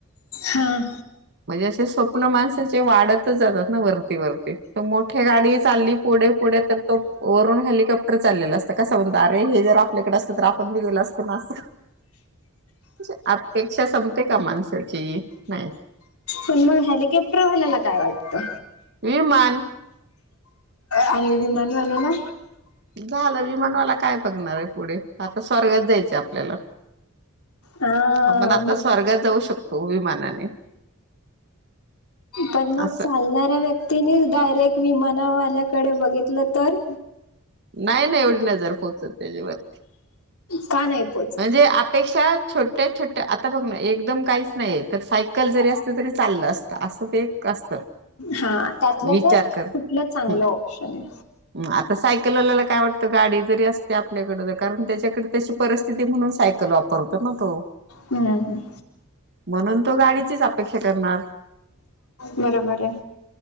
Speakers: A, on the left; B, on the right.
A: हां,
B: म्हणजे असे स्वप्न माणसाचे वाढतच जातात ना वरती- वरती. त मोठ्या गाडी चालली पुढे-पुढे तर तो वरून हेलिकॉप्टर चाललेलं असतं कसा म्हणतो, अरे हे जर आपल्याकडे असतं तर आपण बी गेला असतो ना आसं. म्हणजे अपेक्षा संपते का माणसाची, नाही.
A: पण म हेलीकॉप्टर वाल्याला काय वाटतं?
B: विमान
A: आणि विमान वाल्याला?
B: झालं विमान वाला काय बघणार आहे पुढे, आता स्वर्गात जायचे आपल्याला.
A: हां,
B: आपण आता स्वर्गात जाऊ शकतो विमानाने.
A: पण मग
B: असं
A: चालणाऱ्या व्यक् व्यक्तीने डायरेक्ट विमाना वाल्याकडे बघितलं तर
B: नाही -नाही एवढी नजर पोहोचतं त्याच्या वर.
A: का नाही? पोहोचत?
B: म्हणजे अपेक्षा छोट्या- छोट्या आता बघ ना एकदम काहीच नाहीये, तर सायकल जरी अस तरी चाललं असतं, आसं. ते एक असतं,
A: हां, त्यातल्या
B: विचार
A: त्यात
B: कर
A: कुठलं चांगलं
B: हं.
A: ऑप्शन आहे?
B: आता सायकलवाल्याला काय वाटतं, गाडी जरी असती आपल्याकडं तर कारण त्याच्याकडे तशी परस स्थिती म्हणून सायकल वापरतो ना तो.
A: हं,
B: म्हणून तो गाडीचीच अपेक्षा करणार.
A: बरोबर ये.